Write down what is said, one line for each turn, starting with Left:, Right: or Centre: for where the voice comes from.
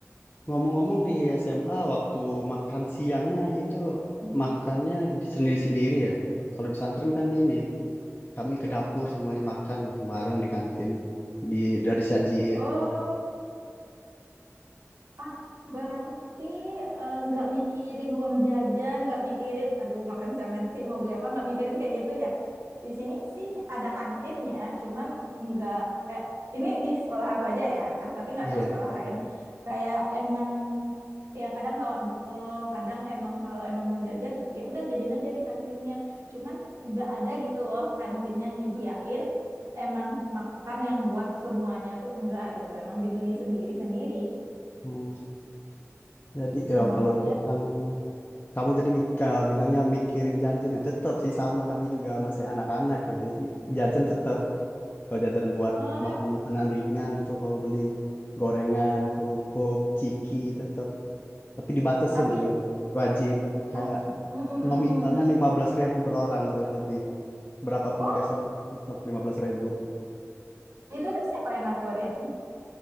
Left: ngomong-ngomong di SMA waktu makan siangnya itu
Right: Mhm.
Left: makannya di- sendiri-sendiri ya kalau di pesantren kan ini kami ke dapur semuanya makan gitu bareng di kantin di dari sajiin
Right: oh. Ah, berarti eh, nggak mikirin uang jajan, nggak mikirin, aduh makan siang nanti mau beli apa, nggak mikirin kayak gitu ya. Di sini sih ada kantinnya, cuman nggak, eh, ini di sekolah aku aja ya, tapi nggak
Left: iya
Right: tahu sekolah lain. Kayak emang ya kadang bawa bekal, kadang emang kalau emang mau jajan, ya udah jajan aja di kantinnya. Cuman nggak ada gitu loh kantinnya nyediain emang makan yang buat semuanya tuh enggak gitu, emang dibeli sendiri-sendiri.
Left: Hmm, jadi ya
Right: Emang
Left: kalau
Right: iya.
Left: tentang Kamu tadi mik- eh, bilangnya mikirin jajan ya tetap sih sama kami juga masih anak-anak ya. Jadi jajan tetap kalau jajan buat
Right: Eh,
Left: makan makanan ringan itu kalau beli gorengan, kerupuk, ciki tetap. Tapi dibatasin
Right: tapi
Left: tuh wajib kayak
Right: ah, mm, mm,
Left: nominalnya
Right: mm, mm.
Left: 15.000 per orang nggak boleh lebih. Berapapun
Right: Oh,
Left: dikasih orang, tetap 15.000.
Right: itu tuh siapa yang ngaturin?